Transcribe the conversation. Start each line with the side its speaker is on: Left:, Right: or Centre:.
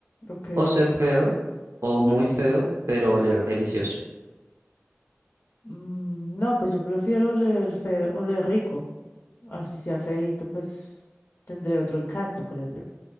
Left: Ok.
Right: o ser feo, o muy feo, pero oler delicioso.
Left: Mm, No, pues yo prefiero oler feo, oler rico. Así sea feíto, pues tendré otro encanto, creo yo.